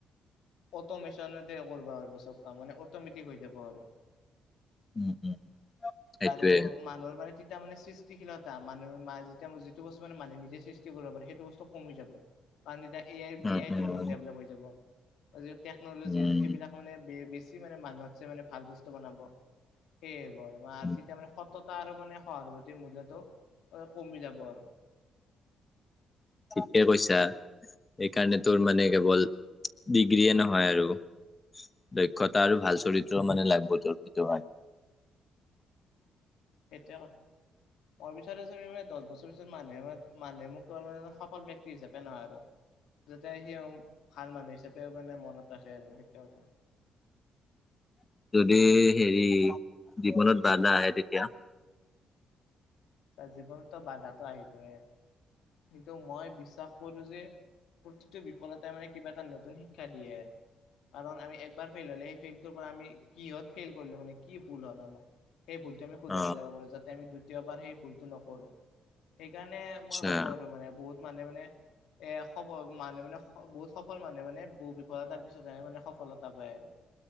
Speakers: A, on the left (about 80°); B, on the left (about 25°).
A: অটোমচনতে কৰবা পাৰবা চব কাম আৰু মানে অটমেটিক হৈ যাব আৰু।
B: উম, উম। সেইটোয়ে
A: আৰু মানুহৰ মানে তি তেতিয়া মানে সৃষ্টিশীলতা মানুহে মতিয়া যিটো বস্তু মানে মানুহে নিজে সৃষ্টি কৰিব পাৰে সেইটো বস্তু কমি যাব। পতি এ আই
B: উম
A: এ আই
B: উম
A: টো বহুত ডেভলপ হৈ যাব বা যি টেকনলজি
B: উম
A: আছে সেইবিলাক মানে বেছি মানুহত ছে মানে ভাল বস্তু বনাব সেয়ে ব
B: উম,
A: তেতিয়া মানে। ততা আৰু মানে সহানুভূতিৰ মূল্যতো কমি যাব আৰু
B: ঠিকে কৈছা। সেইকাৰণে তোৰ মানে কেৱল ডিগ্ৰীয়ে নহয় আৰু দক্ষতা আৰু ভাল চৰিত্ৰ মানে <unintelligible> হয়।
A: এতিয়া ভৱিষ্যতে চাগে মানে দহ বছৰ পিছত মানুহে মানুহে মোক কেৱল মানে সফল ব্যক্তি হিচাপে নহয় আৰু যাতে সি ভাল মানুহ হিচাপেও মানে মনত ৰাখে আৰু সেইটোৱে।
B: <inaudible> যদি হেৰি জীৱনত বাধা আহে তেতিয়া?
A: তাৰ জীৱনতো বাধাটো আহিবয়ে কিন্তু মই বিশ্বাস কৰো যে প্ৰতিটো বিফলতাই মানে কিবা এটা নতুন শিক্ষা দিয়ে। কাৰণ আমি একবাৰ ফেইল হ'লে সেই ফেইলটোৰ পৰা আমি কিহত ফেইল কৰিলো মানে কি ভুল হ'ল আমাৰ সেই ভুলটো আমি শুধৰাই
B: অ
A: লব পাৰো যাতে আমি দ্বিতীয়বাৰ সেই ভুলতটো নকৰো। সেইকাৰণে
B: আচ্ছা
A: মই ভাব আৰু মানে বহুত মানে মানে এ খ মানুহে মানে বহুত সফল মানুহে মানে বহু বিফলতাৰ পিছতহে মানে সফলতা পায় আৰু।